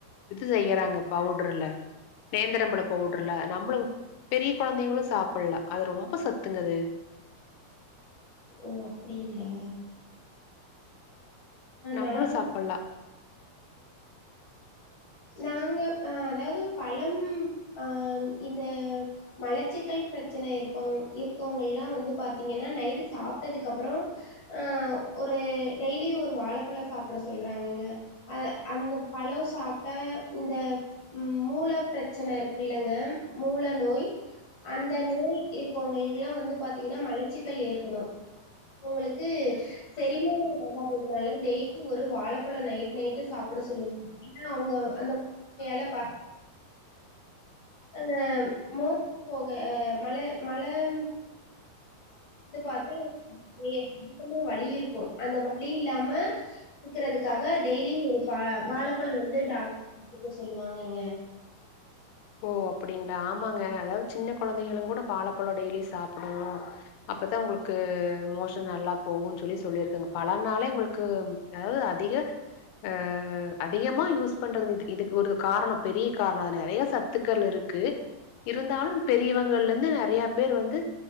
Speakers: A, on the left (about 85°); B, on the left (about 40°).
A: இது செய்யறாங்க பவுடர்ல நேந்தரம்பழோ பவுடர்ல நம்முளு பெரிய கொழந்தைங்களு சாப்பல்லா அது ரொம்ப சத்துங்கது
B: ஓ அப்டிங்ளா
A: நம்மளு
B: நா
A: சாப்பல்லா
B: நாங்க அ அதாவது பழம் அ இந்த மலச்சிக்கல் பிரச்சனை இருப்பங் இருக்கவங்கெல்லா வந்து பாத்தீங்கன்னா நைட்டு சாப்ட்டதுக்கு அப்பறோ ஆ ஒரு டெய்லி ஒரு வாழப்பழோ சாப்ட சொல்றாங்கங்க அத அந்த பழோ சாப்ட்டா இந்த ம் மூல பிரச்சன இருக்குல்லங்க மூல நோய் அந்த நோய் இருக்கவங்க எல்லா வந்து பாத்தீங்கன்னா மலச்சிக்கல் ஏற்படு உங்களுக்கு செரிமானே ஆகாததுனால டெய்லி ஒரு வாழைப்பழோ நைட் நைட்டு சாப் புட சொல்லுவாங்க ஏன்னா அவுங்க அந்த வேல பாத் ஆ மோஷன் போக மல மலம் த்து பாத்து எ <unintelligible> ம்மா வலி இருக்கு அந்த வலி இல்லாம இருக்கறதுக்காக டெய்லியு ஒரு பா வாழப்பழ வந்து டாக் <inaudible> எடுத்துக்க சொல்லுவாங்கங்க
A: ஓ அப்படிங்களா ஆமாங்க அதாவது சின்ன கொழந்தைங்களு கூட வாழப்பழோ டெய்லி சாப்புடணு அப்பதா உங்களுக்கு மோஷன் நல்லா போகுன் சொல்லி சொல்லியிருக்காங்க பழோனாளே உங்களுக்கு அதாவது அதிக அ அதிகமா யூஸ் பண்றது இது இதுக்கு ஒரு காரணோ பெரிய காரணோ அது நறைய சத் துக்கள் இருக்கு இருந்தாலு பெரியவங்கள்லருந்து நறையா பேர் வந்து